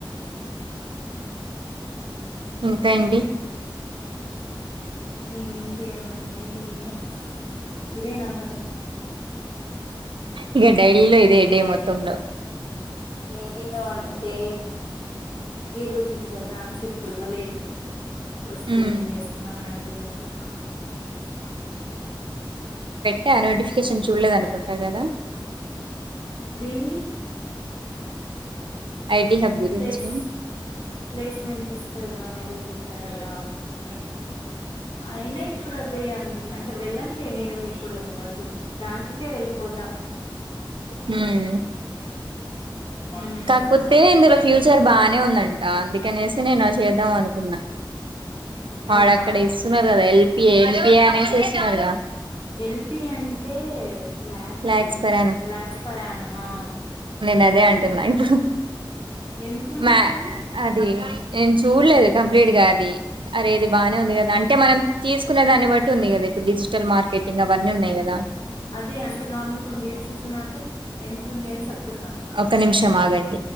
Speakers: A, on the right; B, on the left.
A: ఇంకా అండి
B: ఇంకేముంది అదీ ఇదే నా పని
A: ఇంకా డైల్ లో ఇదే డే మొత్తంలో
B: డైరీలో అంటే ఈ రోజు ఇంకా బ్రాంచ రాలాలేదు వస్తే
A: హ్మ్
B: ఏం చేస్తున్నావు అని అడిగేవాడు
A: టా నోటిఫికేషన్ చూడలేదు అనుకుంటా కదా
B: దేనిది
A: ఐటీ హబ్ గురించి
B: ప్లేస్ ప్లాస్మెంట్ ఇస్తారు అని ఏదో చెప్త చెప్పారు కాద అయినా ఇప్పుడు అది అంటే వెళ్ళండి నేను ఇప్పుడు బ్యాంకుకే వెళ్ళిపోతా
A: హ్మ్
B: మ్మ్
A: కాకపోతే ఇందులో ఫ్యూచర్ బాగానే ఉందంట అందుకనేసి నేను చే చేద్దాం అనుకున్నా వాడ
B: అవునా
A: అక్కడ ఇస్తున్నారు కదా ఎ ఎల్పి అనేసిస్తున్నారుగా
B: ఎల్పి అంటే లాక్
A: lakhs
B: అది
A: per annum
B: lakhs per ఆనిమో
A: నేదే అంటున్నా ఇప్పుడు
B: ఎంతుంది
A: మ
B: మరి
A: అది ఎ చూడలేదు కంప్లీట్ గా అది అరే ఇది బాగానే ఉంది కదా అంటే మనం తీసుకునే దాన్ని బట్టి ఉంది కదా ఇప్పు డిజిటల్ మార్కెటింగ్ అవన్నీ ఉన్నాయి కదా
B: అదే అంటే నార్మల్ ఇప్పుడు మీరు చూసంద అంటే ఎ అని చెప్తున్నా
A: ఒక్క నిమిషం ఆగండి